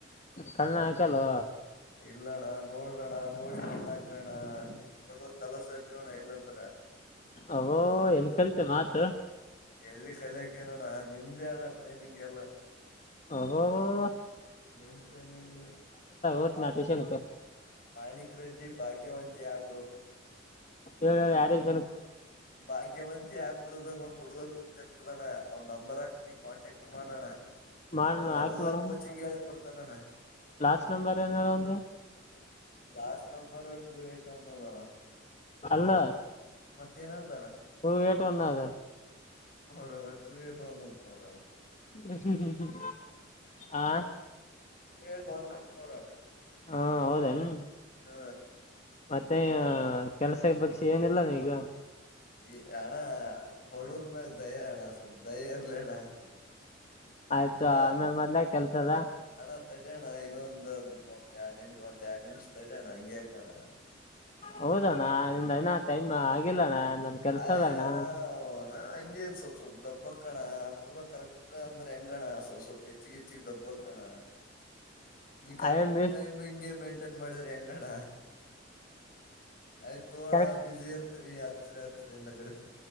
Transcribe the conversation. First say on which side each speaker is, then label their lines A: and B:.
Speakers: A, on the left (about 35°); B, on the left (about 50°).
A: ಕಣ್ಣ ಹಾಕಲ್ಲೋ.
B: ಇಲ್ಲಾ ಅಣ್ಣಾ ನೋಡ್ರಣ್ಣ ನೋಡಿ ಕಣ್ಣ ಹಾಕ್ರನ್ನಾ ಬಡುರ ತಲಸ ಐತಿವ ಅಣ್ಣಾ ಇಲ್ಲಂದ
A: ಅ ವೋ ಹೆಂಗ ಕಲ್ತೆ ಮಾ ತ
B: ಎಲ್ಲಿ ಕಲಿಯಕ್ಕೆ ಎನ್ ಅಣ್ಣಾ ನಿಮ್ದೇ ಅಣ್ಣಾ ಟ್ರೈನಿಂಗ್ ಎಲ್ಲಾ.
A: ಅಬಾಬಾಬಾ.
B: ನಿಮ್ ಟ್ರೈನಿಂಗ್ಲಿ
A: ಓದ್ತೀನಿ ಆ ಟ್ಯೂಷನ್ಕ್
B: ಮಾಣಿಕ್ ರೆಡ್ಡಿ ಭಾಗ್ಯವಂತಿ ಆಗ್ರೋ.
A: ಹೇಳ್ ಹೇಳ್ ಯಾರಿಗ್
B: ಭಾಗ್ಯವಂತಿ ಆಕರೋದಾಗ ಒಂದ್ ಹುಡುಗ ಕುಂತಿರ್ತದಣ್ಣ ಅವ್ ನಂಬರ್ ಹಾಕ್ನಿ ಕಾಂಟ್ಯಾಕ್ಟ್ ಮಾಡ ಅಣ್ಣಾ
A: ಮಾಡ್
B: ಅವ
A: ಹಾಕ್
B: ಎಲ್ಲಾ
A: ನೋಡಮ್
B: ಕೋಚಿಂಗ್ ಹೇಳಿಕೊಡ್ ತನ ಅಣ್ಣಾ.
A: ಲಾಸ್ಟ್ ನಂಬರ್ ಏನ ಹೇಳ ಅವನ್ದ.
B: ಲಾಸ್ಟ್ ನಂಬರ್ ಟೂ ಏಟ್ ಅಂದ ನೋಡ ಅಣ್ಣಾ.
A: ಅಲ್ಲಾ.
B: ಮತ್ ಏನ್ ಹೇಳ್ದನ.
A: ಟೂ ಏಟ <unintelligible>
B: ನೋಡಣ್ಣಾ ಟು ಏಟ್ ಒಂದಂತ್ ನೋಡಣ್ಣಾ.
A: ಹ ಹ್ಮ್ ಹ್ಮ್ ಆ
B: ಟು ಏಟ್ ಒನ್ ನೋಡಣ.
A: ಹಾ ಹೌದೇನು?
B: ಹ್ಮ
A: ಮತ್ತೆ ಕೆಲ್ಸ ಬಗ್ಸೆ ಏನಿಲ್ಲಾನ್ ಈಗ.
B: ಈ ಅಣ ಬಡೂರ್ ಮ್ಯಾಗ ದಯ ಅಣ್ಣ ಸ್ವಲ್ಪ ದಯೆ ಇರ್ಲಿಣ್ಣ
A: ಆಯ್ತು
B: ಅಣ
A: ಆಮೇಲೆ ಮೊದ್ಲ ಕೆಲ್ಸದ
B: ಅಣ ತಡಿಯಣ ಇನ್ನೊಂದು ಒಂದ್ ಯಾಡ್ ನಿಮ್ ಒಂದ್ ಯಾಡ್ ನಿಮ್ಷ್ ತಡಿಯಣ್ಣ ಹಿಂಗ್ಯಾಕಣ್ಣ.
A: ಹೌದಣ್ಣ ನಿಮ್ದ್ ಅಣ ಟೈಮ್ ಆಗಿಲ್ಲಣ್ಣ. ನಮ್ ಕೆಲ್ಸ
B: ಆಯ್
A: ಅದಣ್ಣ
B: ಅಣ ಹೊ ನಾನ್ ಹಂಗೆ ಸ್ವಲ್ಪ್ ಸ್ವಲ್ಪ್ ದಬ್ಬಾಕಣ್ಣ ಪೂರ್ವ ಕರೆಕ್ಟ್ರ್ ಅಂದ್ರೆ ಹೆಂಗಣ ಸ ಸ್ವಲ್ಪ ಎಚ್ಚ್ ಹೆಚ್ಚಿಗಿಚ್ಚಗ ದಬ್ಬಕಣ ನೀ ಕರೆಕ್ಟ್
A: ಐ ಎಮ್
B: ಟೈಮ್ ಹಿಂಗೆ ಮೇಂಟೈನ್ ಮಾಡಿದ್ರೆಂಗಣ ಆಯ್ತ್ ತೋಣ್ಣ
A: ಕರೆಕ್ಟ್
B: ಬಿಸಿ ಇರ್ತರಿ. ಸರಿ ಹಚ್ರಿ ನಗಡು